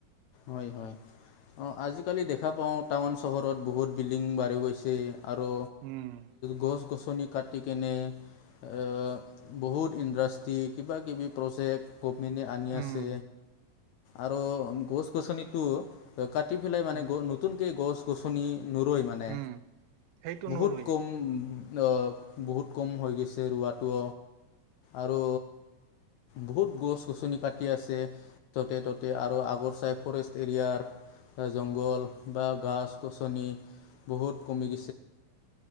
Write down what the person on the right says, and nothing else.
উম
উম
উম
উম সেইটো
নৰুই